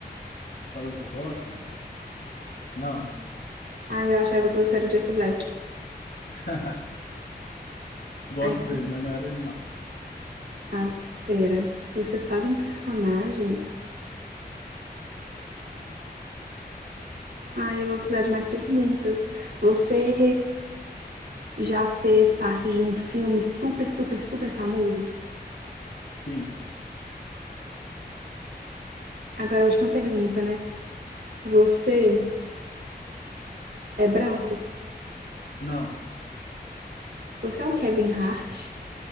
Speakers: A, on the left; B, on the right.
A: Fala de rock? Não.
B: Ah, eu achava que você era o Jack Black.
A: <laughs> Gosto
B: Aí,
A: dele, mas não era ele, não.
B: tá, pera. Se você faz um personagem. Ah, eu vou precisar de mais perguntas. Você. Já fez parte de um filme super, super, super famoso?
A: Sim,
B: Agora é a última pergunta, né? Você é branco?
A: não,
B: Você é o Kevin Hart?